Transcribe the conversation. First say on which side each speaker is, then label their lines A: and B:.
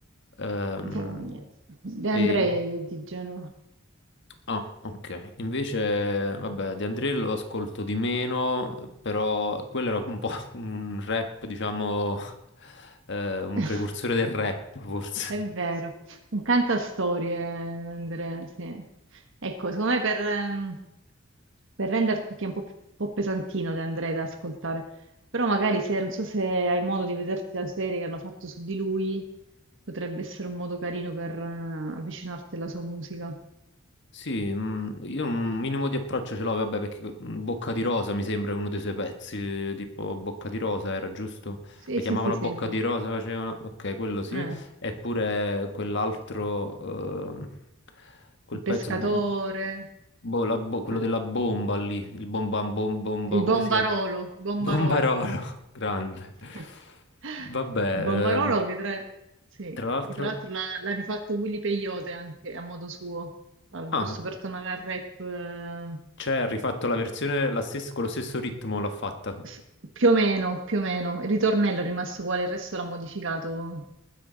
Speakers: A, on the left; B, on the right.
A: Ehm,
B: bolognese. De
A: e...
B: Andrei è di Genova.
A: Ah, ok. Invece, vabbè, De André lo ascolto di meno, però quello era un po' <laughs> un rap, diciamo, eh, un
B: <laughs>
A: precursore del rap, forse.
B: È vero, un cantastorie, Andrea, sì. Ecco, secondo me per, ehm, per renderti, perché è un po', più- un po' pesantino De Andrei da ascoltare, però magari se, non so se hai modo di vederti la serie che hanno fatto su di lui, potrebbe essere un modo carino per eh, avvicinarti alla sua musica.
A: Sì, mm, io un minimo di approccio ce l'ho, vabbè, perché mm, Bocca di Rosa mi sembra uno dei suoi pezzi, tipo Bocca di Rosa era giusto?
B: Sì,
A: La chiamavano
B: sì, sì, sì,
A: Bocca
B: ancora.
A: di Rosa, facevano... Ok, quello sì,
B: Eh,
A: eppure quell'altro, ehm, quel
B: il
A: pezzo,
B: pescatore.
A: bo- bo- boh, la bo- quello
B: la-
A: della bomba lì, il bomba, bom- bomba,
B: Il
A: come
B: Bombarolo,
A: si chiama?
B: Bombarolo.
A: Bombarolo, <laughs> grande.
B: <laughs>
A: Vabbè,
B: Il Bombarolo
A: ehm,
B: che tra, sì,
A: tra l'altro...
B: che tra l'altro l'ha l'ha rifatto Willy Peyote anche a modo suo, Ah,
A: Ah,
B: giusto per tornare al rap, eh,
A: Cioè, ha rifatto la versione la stessa- con lo stesso ritmo l'ha fatta.
B: s- più o meno, più o meno. Il ritornello è rimasto uguale, il resto l'ha modificato.